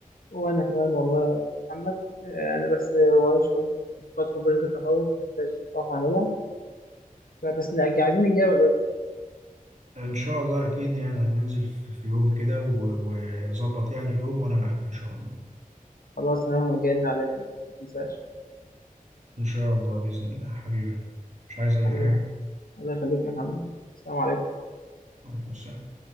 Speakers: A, on the left; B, on the right.
A: وانا كمان والله يا محمد آه انا بس آه، ورايا شويه تاسكات في بروجكت التخرج محتاج اروح اعملها فبس عايزين نتجابل بس
B: ان شاء الله اكيد يعني هننزل في في يوم كده و- وظبط يعني يوم وانا معاك ان شاء الله
A: خلاص انا هجن عليك ما تنساش
B: ان شاء الله باذن الله حبيبي مش عايز اي
A: حبيبي
B: حاجه
A: الله يخليك يا محمد السلام عليكم
B: وعليكم السلام